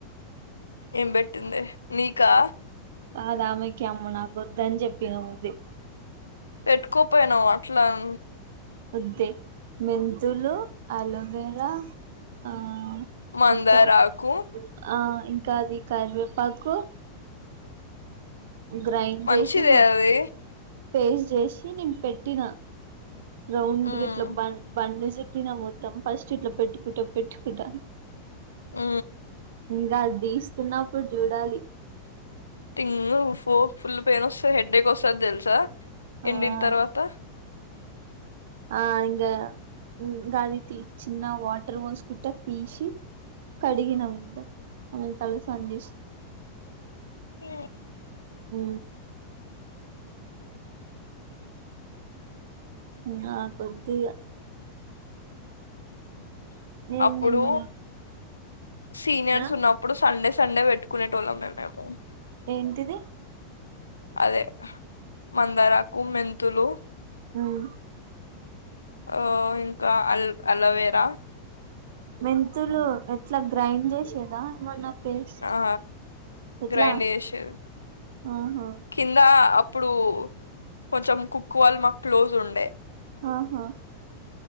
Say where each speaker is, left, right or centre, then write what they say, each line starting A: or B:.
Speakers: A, on the left; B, on the right.
A: ఏం బెట్టింది నీకా
B: కాదు అమెకి అమ్మో నాకు వద్దని చెప్పిన ముందే
A: పెట్టుకోపోయినావు అట్లం
B: ఒద్దే మెంతులు అలోవేరా ఆ
A: మందారాకు
B: ముత్తం ఆ ఇంకా అది కర్వేపాకు గ్రైండ్
A: మంచిదే
B: జేషి మొత్
A: అది
B: పేస్ట్ చేషి నేను పెట్టినా రౌండ్
A: ఉమ్
B: గిట్లా బన్ బండి సిట్టిన మొత్తం ఫస్ట్ ఇట్లా పెట్టుకుటా పెట్టుకుటా
A: ఊ
B: ఇంకా అది దీస్తున్నప్పుడు జూడాలి
A: టింగ్ ఫో ఫుల్ పెయిన్ ఒస్తే హెడ్డేక్ వస్తాది దెల్సా ఎండిన
B: ఆ
A: తర్వాత
B: ఆ ఇంగా గది తీ చిన్న వాటర్ పోసుకుంటా తీషి కడిగినం అంతా తలషానం జేషి
A: ఊ
B: ఉ ఉ నాకొద్దిగ నేను
A: అప్పుడు
B: నిన్న
A: సీనియర్స్
B: ఆ
A: ఉన్నప్పుడు సండేస్. సండే పెట్టుకునేటోల్లమే మేము.
B: ఏంటిది
A: అదే మందారకు, మెంతులు.
B: మ్
A: ఆ ఇంకా అల్ అలోవేరా.
B: మెంతులు ఎట్లా గ్రైండ్ చేసేదా ఏమన్నా? పేస్ట్
A: ఆ
B: ఎట్లా
A: గ్రైండ్ చేసేది
B: ఆహా
A: కింద అప్. ప్పుడు కొంచెం కుక్ వాళ్ళు మాకు క్లోజ్ ఉండే.
B: ఆహా